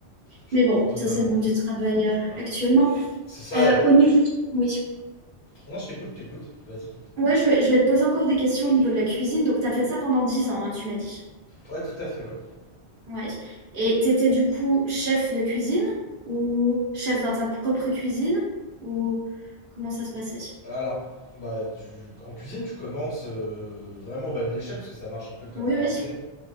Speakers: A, on the left; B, on the right.
A: je
B: Mais
A: comprends
B: bon,
A: totalement.
B: ça, c'est le monde du travail euh,
A: hein.
B: actuellement.
A: C'est ça.
B: Euh,
A: et-
B: au niveau... Oui.
A: Non je t'écoute, je t'écoute. Vas-y.
B: Ouais, je vais, je vais te poser encore des questions au niveau de la cuisine. Donc, tu as fait ça pendant dix ans, hein, tu m'as dit.
A: Ouais tout à fait ouais.
B: Ouais. Et tu étais du coup chef de cuisine ou chef dans ta propre cuisine ou comment ça se passait?
A: Alors bah tu en cuisine tu commences euh, vraiment au bas de l'échelle parce que ça marche un peu comme
B: Oui,
A: à l'armée.
B: oui,